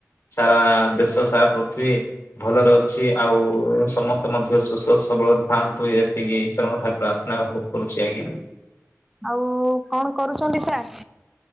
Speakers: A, on the left; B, in the centre.
A: ସାରା ଦେଶ ସାରା ପୃଥିବୀ ଭଲରେ ଅଛି ଆଉ ସମସ୍ତେ ମଧ୍ୟ ସୁସ୍ଥ ସବଳରେ ଥାଆନ୍ତୁ ଏତିକି ଈଶ୍ୱରଙ୍କ ଠାରୁ ପ୍ରାର୍ଥନା ହଉ କରୁଚି ଆଜ୍ଞା
B: ଆଉ କଣ କରୁଛନ୍ତି ସାର୍